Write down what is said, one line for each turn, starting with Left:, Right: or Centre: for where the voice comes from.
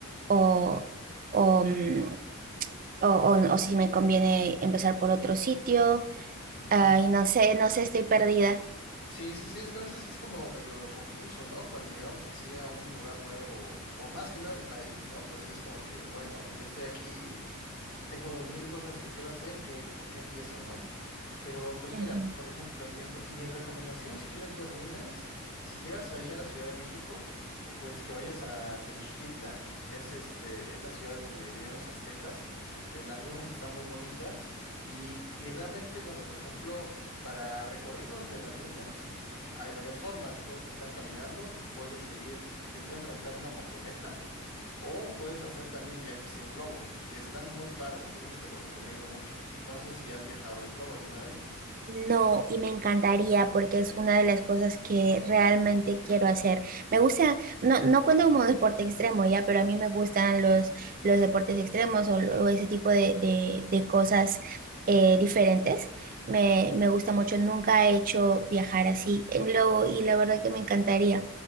Right: o, o, mm, o o- o si me conviene empezar por otro sitio
Left: Ujú.
Right: Ay, no sé, no sé, estoy perdida.
Left: Sí, sí, sí, es que a veces es como medio confuso, ¿no? Cuando llegamos así a un lugar nuevo, o más que nada del país, ¿no? Pues sí es como que, bueno, ya estoy aquí tengo mil cosas que quiero hacer, que por qué empiezo, ¿no? Pero pues
Right: Ujú.
Left: mira, por ejemplo, en mi, reco- mi recomendación, si quieres ver ruinas, si llegas ahí a la Ciudad de México, pues que vayas a Tenochtitlan. Es, este, es la ciudad donde vivían los aztecas. Eh, Las ruinas están muy bonitas y, y realmente, bueno, por ejemplo, para recorridos de las ruinas hay varias formas. Puedes entrar caminando, puedes ir, te pueden rentar una motoneta o puedes hacer también viajes en globo, que están muy padres, esos te los recomiendo mucho. No sé si has viajado en globo alguna vez.
Right: No, y me encantaría porque es una de las cosas que realmente quiero hacer. Me gusta, no, no cuenta como deporte extremo ya, pero a mí me gustan los, los deportes extremos o, lo- o ese tipo de, de- de cosas eh, diferentes. Me, me gusta mucho, nunca he hecho viajar así en globo y la verdad que me encantaría.